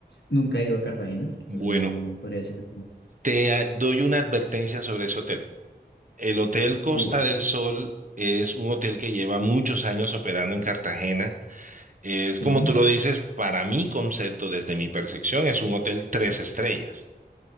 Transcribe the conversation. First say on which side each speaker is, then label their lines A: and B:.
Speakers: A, on the left; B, on the right.
A: nunca he ido a Cartagena, entonces
B: Bueno,
A: no, no podría decir.
B: te ah, doy una advertencia sobre ese hotel. El Hotel Costa
A: Uf,
B: del Sol es un hotel que lleva muchos años operando en Cartagena. Es
A: sí.
B: como tú lo dices, para mi concepto, desde mi percepción, es un hotel tres estrellas.